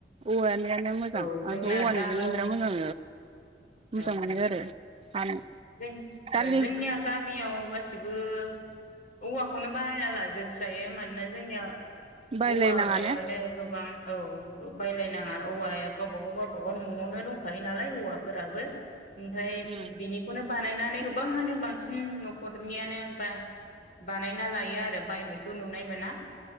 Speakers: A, on the right; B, on the left.
A: औवानियानो बिराद मोजां
B: औ जोंना
A: आंथ' औवानिजोंनो
B: गामु
A: बिराद मोजां
B: औ
A: मोजां मोनो आरो हानो
B: जों
A: दालि
B: जोंनिया गामियाव गासिबो औवाखौनो बाहायना लाजोबस्रायो मानोना जोंनिया
A: बायलायनाङा
B: औवायानो
A: ने
B: गोबां औ बायलायनाङा औवाया गावबा गाव गावबाागाव न'आवनो दंखायो नालाय औवाफोराबो ओमफ्राय
A: उम
B: बिनिखौनो बानायनानै गोबाङानो बांसिन न'खरनियानो बा बानायना लायो आरो बायनायखौ नुनाय मोना